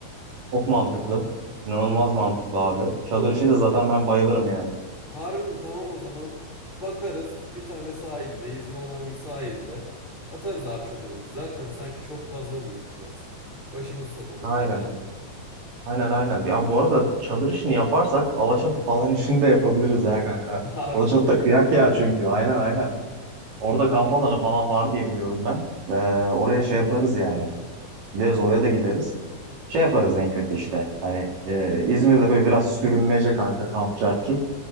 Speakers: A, on the right; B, on the left.
A: Çok mantıklı. İnanılmaz mantıklı abi. Çadır
B: Değil mi?
A: işi de zaten ben bayılırım yani.
B: Harbi mi? Tamam o zaman. Bakarız bir tane sahilde, izni olan bir sahilde. Atarız abi çadırımızı. Zaten sanki çok fazla mı yiyeceğiz? Başımızı sokalım
A: Aynen.
B: yeter.
A: Aynen aynen. Ya bu arada çadır işini yaparsak Alaçatı falan <laughs> işini de yapabiliriz ha kanka.
B: <laughs> Harbi
A: Alaçatı
B: mi?
A: da kıyak yer çünkü. Aynen aynen. Orada kamp alanı falan var diye biliyorum ben. Ee, oraya şey yaparız yani. Gideriz oraya da gideriz. Şey yaparız en kötü işte. Hani e, İzmir'de böyle biraz sürünmece kanka kamp çarçur.